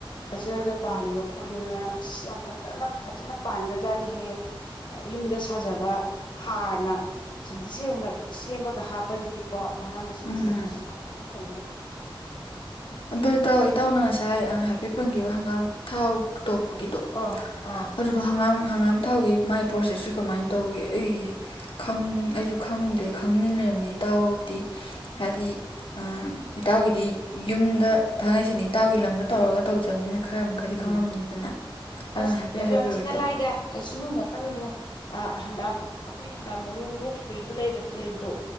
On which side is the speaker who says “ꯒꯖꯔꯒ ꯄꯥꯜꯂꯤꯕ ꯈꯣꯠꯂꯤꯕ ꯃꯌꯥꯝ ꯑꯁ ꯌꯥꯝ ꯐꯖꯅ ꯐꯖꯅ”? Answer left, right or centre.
Left